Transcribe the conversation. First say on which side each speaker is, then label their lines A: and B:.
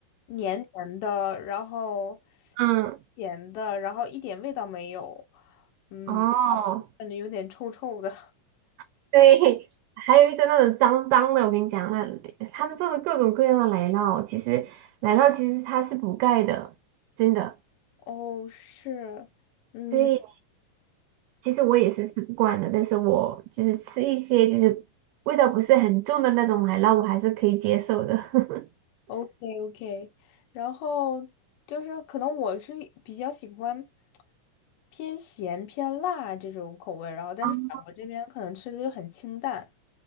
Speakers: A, on the left (about 75°); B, on the right (about 80°).
A: 黏黏的，然后
B: 嗯，
A: 咸的，然后一点味道没有，嗯，
B: 哦
A: 感觉有点臭臭的。
B: <laughs>，对，还有一种那种脏脏的，我跟你讲，那他们做的各种各样的奶酪，其实奶酪其实它是补钙的，真的。
A: 哦，是，嗯
B: 对，其实我也是吃不惯的，但是我就是吃一些就是味道不是很重的那种奶酪，我还是可以接受的。<laughs>
A: ，OK OK，然后就是可能我是比较喜欢。偏咸偏辣这种口味，然后但是法国这边可能吃的就很清淡。
B: 哦